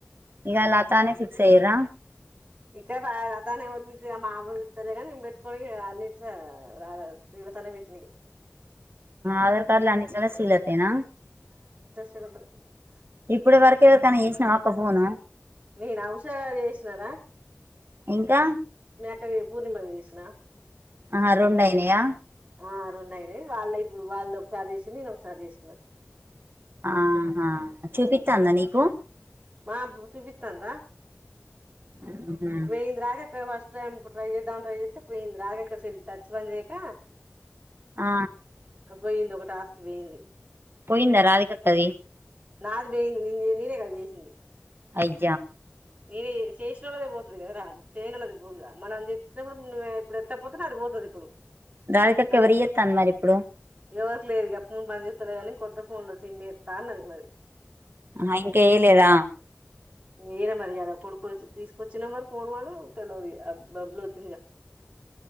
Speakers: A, on the right; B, on the right.
A: ఇగ లత అనే ఫిక్స్ అయ్యింరా
B: ఇక్కడ లతనే ఎవరు మామూలు తలేగానీ పెట్టుకో అన్నిట్ల శ్రీలత పెట్టిన ఇగ
A: ఆధార కార్డు లాని చాల శ్రీలతనా
B: చలదు <unintelligible>
A: ఇప్పుడు వరకే ఎవరికైనా చేసినావాక్క ఫోను
B: నేను ఔషదా చేసినదా
A: ఇంకా
B: అదే పూర్ణిమాకు చేసిన
A: ఆ రెండయినయా
B: ఇద్దరికి ఆ రెన్నాయినే వాళ్ళ ఇప్పుడు వాళ్ళద ఒకసారి వసిన నేను ఒకసారి చేసినాను
A: ఆహా చూపిస్తాందా
B: ఇప్పుడే
A: నీకు
B: మా ఇబ్బుడు చూపిత్తాంది పా
A: మ్మ్ హ్మ్
B: ఇందిరాజక్కకు ఫస్ట్ టైం ఇప్పుడు. ట్రై చేద్దాం ట్రై చేత్తే పోయింది. రాజిక్క సెల్ల్ టచ్ పని చేయక
A: ఆ
B: పోయింది ఒక టాస్క్ పోయింది
A: పోయిందా రాధిక కది
B: నాది పోయింది నేను నేనే కదా చేసింది
A: అయ
B: నను చేషినదే పో ఇప్పుడు కద చేయన అది పోదుగా మనం అని చెప్పినప్పుడు ఇప్పుడు ఎత్తపోతే అది పోతుంది ఇప్పుడు
A: రాల కకవరి
B: అం
A: ఏ తా అ మరి ఇప్పుడు
B: ఎవరికి లేదు ఇక ఫోన్ పని చేస్తలే కానీ కొత్త ఫోన్లు వచ్చి మీ త అన్నది మరి
A: ఆ ఇంకా వయ్యలేదా
B: ఏర మరియాద కొడుకుచ్చ తీసుపోచ్చి వచ్చిన మర్ ఫోన్ మడం తెలియదు బబ్లు వచ్చింది